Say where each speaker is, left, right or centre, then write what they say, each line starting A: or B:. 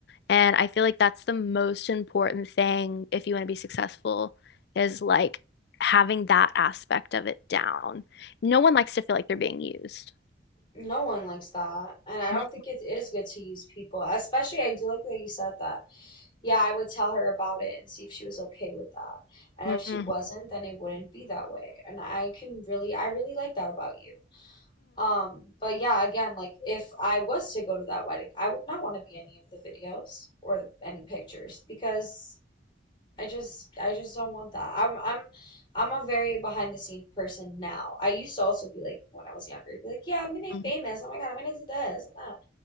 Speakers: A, on the left; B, on the left.
A: And I feel like that's the most important thing if you want to be successful is like having that aspect of it down. No one likes to feel like they're being used.
B: No one likes that. And I don't
A: Mm-hmm.
B: think it is good to use people. Especially, I do like that you said that. Yeah, I would tell her about it and see if she was okay with that. And
A: Mm-hmm.
B: if she wasn't, then it wouldn't be that way. And I can really, I really like that about you. Um, but yeah, again, like if I was to go to that wedding, I would not want to be any of the videos or the, any pictures because I just I just don't want that. I'm I'm I'm a very behind the scenes person now. I used to also be like when I was younger, I'd be like, yeah, I'm gonna
A: Mm-hmm.
B: be famous. Oh my God, I'm gonna do this and that.